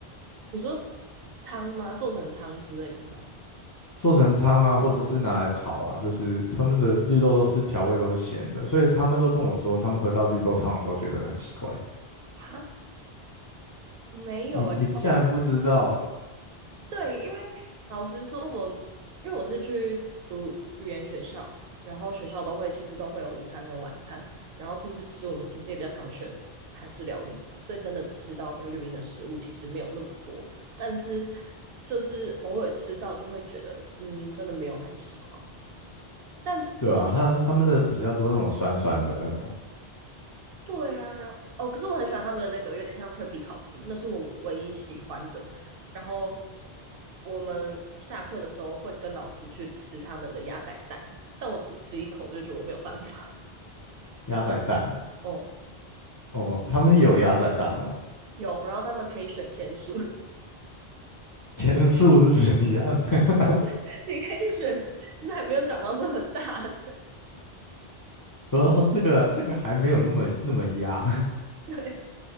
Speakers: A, on the right (about 65°); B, on the left (about 30°).
A: 你说汤吗？做成汤之类的吗？
B: 做成汤啊，或者是拿来炒啊，就是他们的绿豆都是调味都是咸的，所以他们都跟我说，他们喝到绿豆汤的时候觉得很奇怪。
A: 哈，没有诶。
B: 你你竟然不知道？
A: 哦，不是对，因为老实说我，因为我是去读语言学校，然后学校都会其实都会有午餐跟晚餐，然后出去吃，我们其实也比较常选韩式料理，所以真的吃到菲律宾的食物其实没有那么多，但是就是偶尔吃到就会觉得，嗯，真的没有很喜欢。但我有去尝试他们
B: 对啊，他他们的比较多那种酸酸的那种
A: 对啊，然后哦，可是我很喜欢他们的那个有点像脆皮烤猪，那是我唯一喜欢的。然后我们下课的时候会跟老师去吃他们的鸭仔蛋，但我只吃一口我就觉得我没有办法。
B: 鸭仔蛋
A: <laughs> 哦，
B: 哦，他们也有鸭仔蛋哦。
A: 有，然后他们可以选天数，
B: <laughs> 天数是怎样？<laughs>
A: <laughs> 你可以选，就是还没有长到这么大的。
B: 哦，这个这个还没有那么那么压，
A: <laughs> 对，